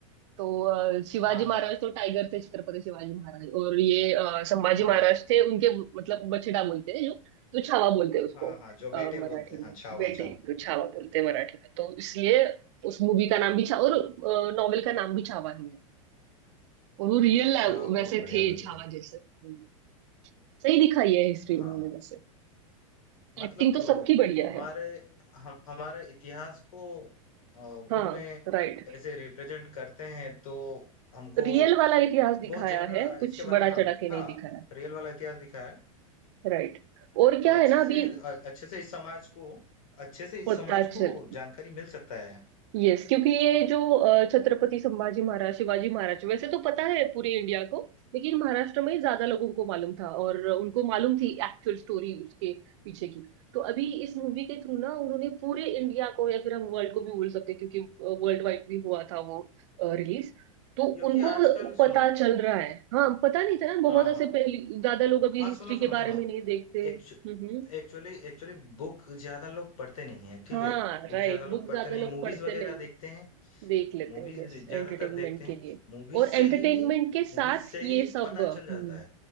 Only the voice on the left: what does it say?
हाँ हाँ
हाँ
हाँ हाँ जो
बेटे
बोलते हैं हाँ
छावा
छावा
अच्छा
बहुत बढ़िया
बतूरे
हाँ
मतलब
अ,
हमारे हम हमारे इतिहास को अ,
में
ऐसे रिप्रेजेंट करते हैं तो हमको
बहुत
ज्यादा
इसके बारे
में हाँ
हाँ
रियल वाला इतिहास दिखाया है
तो अच्छे
से अ, अच्छे से इस समाज को अच्छे से इस
समाज को जानकारी मिल सकता है
क्योंकि
आजकल सुनो
हाँ
हाँ
हाँ
सुनो सुनो
सुनो
एक्चु
एक्चुअली एक्चुअली बुक ज़्यादा लोग पढ़ते नहीं हैं, ठीक
है? बुक
ज़्यादा लोग
पढ़ते
नहीं,
मूवीज़
वग़ैरह
देखते हैं,
मूवीज़
ज़्यादातर
देखते हैं।
मूवीज़
से ही
मूवीज़ से
ही
पता चल जाता
है।